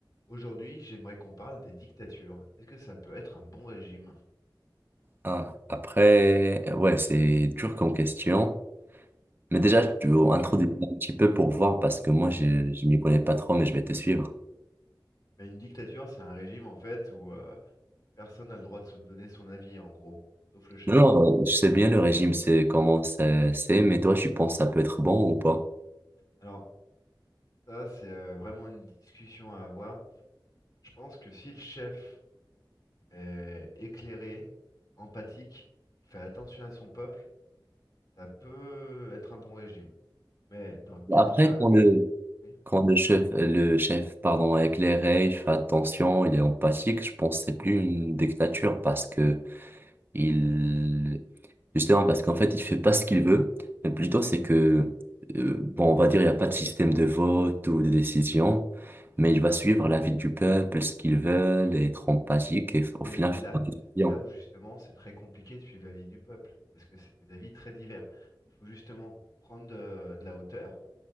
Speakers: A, on the left; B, on the right.
A: Aujourd'hui, j'aimerais qu'on parle des dictatures. Est-ce que ça peut être un bon régime?
B: Ah, après, euh, ouais, c'est dur comme question. Mais déjà, tu veux
A: Ah
B: introduire
A: bah oui.
B: un petit peu pour voir parce que moi, je, je m'y connais pas trop, mais je vais te suivre.
A: Mais une dictature, c'est un régime en fait où euh, personne n'a le droit de se donner son avis, en gros, sauf le chef.
B: Non, non, euh, je sais bien le régime, c'est comment ça- c'est, mais toi, tu penses que ça peut être bon ou pas?
A: Alors ça, c'est euh, vraiment une discussion à avoir. Je pense que si le chef est éclairé, empathique, qui fait attention à son peuple, ça peut être un bon régime. Mais dans 80...
B: Après, quand le,
A: oui.
B: quand le chef, le chef, pardon, est éclairé, il fait attention, il est empathique, je pense que c'est plus une dictature parce que Il, justement, parce qu'en fait, il fait pas ce qu'il veut, mais plutôt c'est que, euh, bon, on va dire, il n'y a pas de système de vote ou de décision, mais il va suivre l'avis du peuple, ce qu'ils veulent, être empathique et f- au
A: Mais
B: final
A: l- là,
B: faire des décisions.
A: c'est là où justement c'est très compliqué de suivre l'avis du peuple, parce que c'est des avis très divers. Il faut justement prendre de, de la hauteur